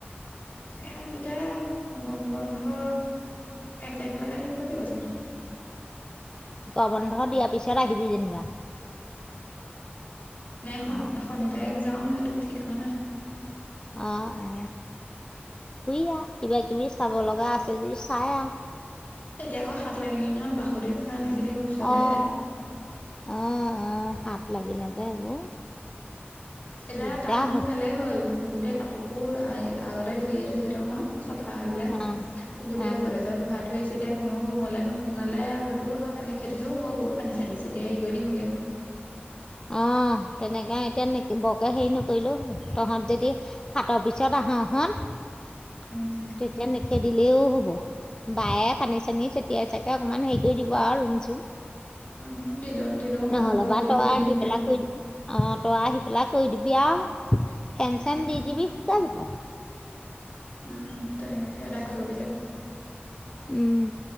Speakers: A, on the left; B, on the left.
A: ইয়াত এতিয়া গৰম বন্ধ, এক তাৰিখলৈকে থাকিব লাগিব চাগে।
B: গৰম বন্ধ দিয়াৰ পিছত আহিবি যেনিবা।
A: নাই
B: অ',
A: শনিবাৰে যাওঁ সেইটো ঠিক হয় নাই।
B: অ অ, শুই আহ, কিবা কিবি চাব লগা আছে যদি চাই আহ
A: এতিয়া আকৌ হাত লাগিলে নহয় বাসুদেৱ থান এইখিনি ওচৰতেহে
B: অ', অ', অ', হাত লাগিলে যে এইবোৰ
A: এতিয়া
B: দিগদাৰ
A: তাত মোৰ
B: হয়
A: ভালেই হ'ল। গোটেই কাপোৰবোৰ আগতে ধুইয়ে থৈছিলো নহয়। চফা বিলাক
B: অ',
A: শুগোটেই
B: অ',
A: গৰদেজত ভৰাই থৈছে এতিয়া কোনো ৰুমলৈ নোসোমালে হয়তো খে দিলও হ'ব গৈ পানী চানী চটিয়াই হেৰি কৰি দিমগে।
B: অ। তেনেকৈ এতিয়া নিকে বৰকে হেৰি ন কৰিলোঁ হ'ব তহঁত যদি হাতৰ পিছত আহা হন তেতিয়া
A: উম
B: নিখ খেদিলেও হব, বায়ে পানী চানি চটিয়াই চাকে অকণমান হেৰি কৰি দিব আৰু ৰুম চুম
A: উম দিলো দিলো
B: নহ'লেবা
A: মগ হলেও
B: তই
A: দি
B: আহি
A: দিমগে।
B: পেলাই কৰি দিবি। অ তই আহি পেলাই কৰি দিবি আও। ফেন চেন
A: উম
B: দি দিবি। শুকাই যাব।
A: উম তেনেকেকে এটা কৰিব লাগিব।
B: উম।